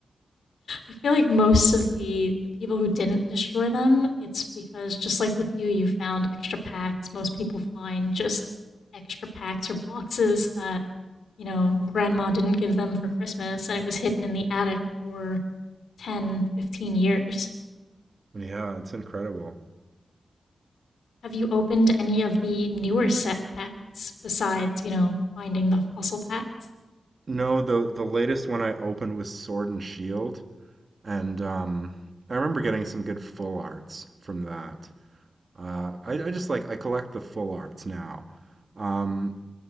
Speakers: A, on the left (about 85°); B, on the right (about 35°).
A: I feel like most of the, the people who didn't destroy them, it's because just like with you, you found extra packs. Most people find just extra packs or boxes that, you know, grandma didn't give them for Christmas and it was hidden in the attic for 10, 15 years.
B: Yeah, it's incredible.
A: Have you opened any of the newer set packs besides, you know, finding the fossil packs?
B: No, the the latest one I opened was Sword and Shield, And um, I remember getting some good full arts from that. Uh, I, I just like I collect the full arts now. Um,